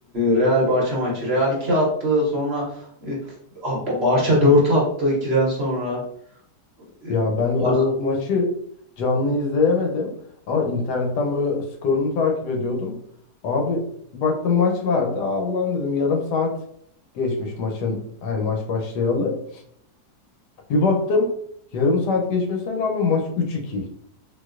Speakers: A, on the right (about 50°); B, on the left (about 80°).
A: Real Barça maçı. Real 2 attı. Sonra e, a- Ba- Barça 4 attı ikiden sonra. E,
B: Ya ben o
A: ar-
B: maçı canlı izleyemedim ama internetten böyle skorunu takip ediyordum. Abi baktım maç vardı. Aa ulan dedim yarım saat geçmiş maçın hani maç başlayalı. Bir baktım yarım saat geçmesine rağmen maç 3-2.